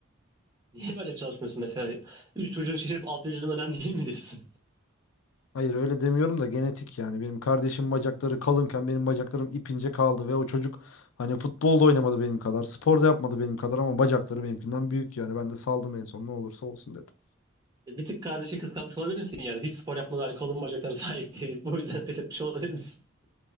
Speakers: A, on the right (about 20°); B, on the left (about 85°).
A: Niye bacak çalışmıyorsun mesela? Üst vücudun şişirip alt vücudun önemli değil mi diyorsun?
B: Hayır öyle demiyorum da genetik yani. Benim kardeşim bacakları kalınken benim bacaklarım ipince kaldı ve o çocuk hani futbolda oynamadı benim kadar, spor da yapmadı benim kadar ama bacakları benimkinden büyük yani. Ben de saldım en son ne olursa olsun dedim.
A: Bir tık kardeşi kıskanmış olabilir misin yani? Hiç spor yapmadan kalın bacaklara sahip değil. <laughs> Bu yüzden pes etmiş olabilir misin? <laughs>